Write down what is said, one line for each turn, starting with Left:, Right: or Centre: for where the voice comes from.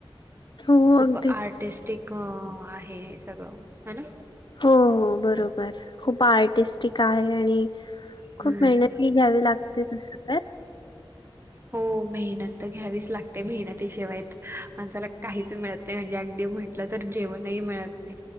Left: हो
Right: खूप
Left: अगदीच
Right: आर्टिस्टिक क आहे सगळं हे ना?
Left: हो हो बरोबर खूप आर्टिस्टिक आहे आणि
Right: हम्म
Left: खूप मेहनती घ्यावी लागते तसं काय?
Right: हो मेहनत त घ्यावीच लागते मेहनतीशिवाय त माणसाला काहीच मिळत ते म्हणजे आगदी म्हटलं तर जेवणही मिळत नाही.